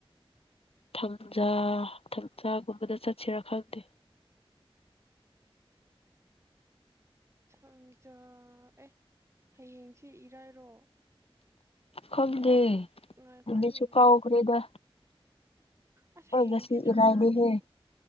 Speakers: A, on the left (about 80°); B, on the right (about 30°).
A: ꯊꯥꯡꯖꯥ ꯊꯥꯡꯖꯥꯒꯨꯝꯕꯗ ꯆꯠꯁꯤꯔꯥ ꯈꯪꯗꯦ
B: ꯁꯪꯖ ꯑꯦ ꯍꯌꯦꯡꯁ ꯏꯔꯥꯏꯔꯣ
A: ꯈꯪꯗꯦ
B: ꯉꯥꯏꯈꯣ
A: ꯅꯨꯃꯤꯠꯁꯨ
B: ꯑꯩ ꯌꯦꯡꯒꯦ
A: ꯀꯥꯎꯈ꯭ꯔꯦꯗ
B: ꯑꯁ
A: ꯍꯣꯏ
B: ꯍꯌꯦꯡꯁꯦ
A: ꯉꯁꯤ
B: ꯊꯥꯡꯖꯥꯅꯦ
A: ꯏꯔꯥꯏꯅꯦꯍꯦ